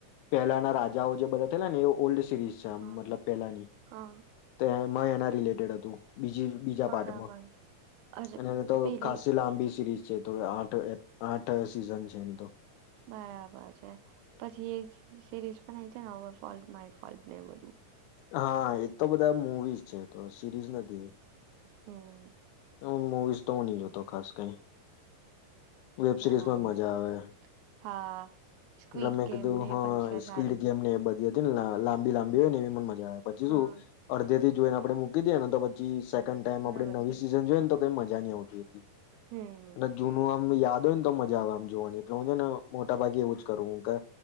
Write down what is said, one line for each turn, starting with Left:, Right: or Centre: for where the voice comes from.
Left: પહેલાના રાજાઓ જે બધા થેલા ને એ ઓલ્ડ <unintelligible>
Right: હા
Left: મતલબ પેલાની
Right: હા
Left: તે માં એના રિલેટેડ હતું. બીજી બીજા
Right: બરાબર
Left: પાર્ટમાં,
Right: અચ્છા
Left: અને એને તો
Right: પેલી
Left: ખાસી લાંબી સિરીઝ. છે તો એ આઠ એપ આઠ સિઝન છે એની તો.
Right: બરાબર છે પછી એક સિરીઝ પણ છે ને ઓવર ફોલ્ટ માય ફોલ્ટ ને એવુ બધું.
Left: હા એ તો બધા મુવીઝ છે તો. સીરીઝ નથી.
Right: હમ્મ.
Left: હ મુવીઝ તો ની જોતો ખાસ કઈ. વેબ
Right: બરાબર
Left: સિરીઝમાં જ મજા આવે,
Right: હા સ્ક્વીડ
Left: એટલે મેં
Right: ગેમને
Left: કીધું હ
Right: પણ છે
Left: સ્ક્વીડ
Right: સારી
Left: ગેમ ને એ બધી. લાંબી લાંબી હોય ન એવી મન મ જા પછી
Right: હા
Left: સુ અડધેથી જોઇને આપડે મૂકી દીએને તો પછી સે કેન્ડ ટાઇમ
Right: બરાબર
Left: આપડે નવી
Right: છે.
Left: સિ સીજન જોઇ તો કઈ મ જા ની આવતી એટલી.
Right: હમ
Left: અને જૂનું આમ યા દ હોયન તો મજા આવે આમ જોવાની એટલે હું છે ને મોટા ભાગે એવું જ કરું કે